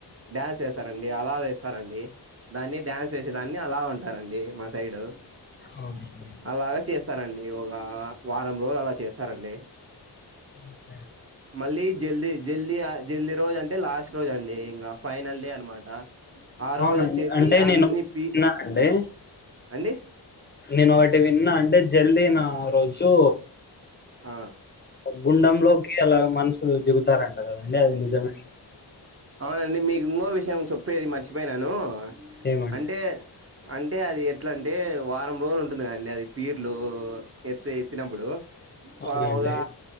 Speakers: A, on the right; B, on the left.
A: డ్యాన్స్ చేస్తారండి. అలవ్ వేస్సరండి. దాన్ని డ్యాన్స్ వేసేదాన్ని అలావ్ అంటారండి మా సైడు
B: అవునండి
A: అలాగ చేస్సరండి. ఇ ఒగ వారం రోజులు అలా చేస్సరండి.
B: ఓకే
A: మళ్ళీ జల్దీ జల్దీ ఆ జల్దీ రోజు అంటే లాస్ట్ రోజ అండి ఇంగా ఫైనల్ డే అనమాట, ఆ
B: అవునండి
A: రోజు వచ్చేసీ
B: అంటే
A: అన్నీ
B: నేను విన్నా
A: పి
B: అండి
A: అండి
B: నేను ఒకటి విన్నా అంటే జల్దీ నా ఆ రోజూ
A: ఆ
B: గుండమ్ లోకి ఇలాగ మనుషులు దిగుతారం రంట కదండీ అది నిజమ
A: అవునండి మీకు ఇంగో విషయం చెప్పేది మర్చిపోయిననూ.
B: ఏమంటే
A: అంటే అం టే అది ఎట్ల అంటే వారం రోజుల్ ఉంది కదండి అది పీర్లూ ఎత్ ఎత్తినప్పుడూ పావుగా
B: అవునండి